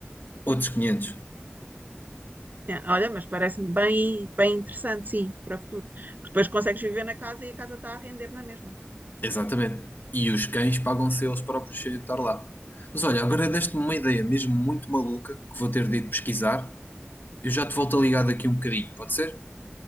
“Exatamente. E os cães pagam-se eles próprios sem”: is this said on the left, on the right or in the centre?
Left